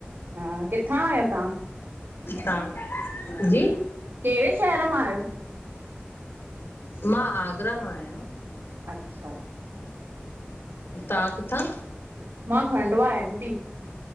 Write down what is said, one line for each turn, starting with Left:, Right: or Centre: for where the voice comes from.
Right: हा किथां आयो तां?
Left: हां, जी!
Right: कहिड़े शहर मां आहियो?
Left: मां, आगरा मां आयां।
Right: अच्छा
Left: तां किथां?
Right: मां, खंडवा एम, पी।